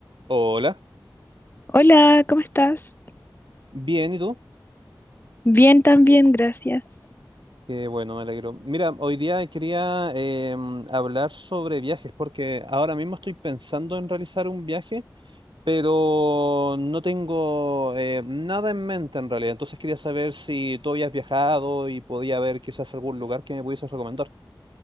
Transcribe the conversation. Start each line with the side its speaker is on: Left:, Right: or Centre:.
Right: Hola,
Left: Hola, ¿cómo estás?
Right: bien, ¿y tú?
Left: Bien, también, gracias.
Right: Qué bueno, me alegro. Mira, hoy día quería em, hablar sobre viajes porque ahora mismo estoy pensando en realizar un viaje, pero no tengo eh, nada en mente en realidad. Entonces quería saber si tú habías viajado y podía haber quizás algún lugar que me pudieses recomendar.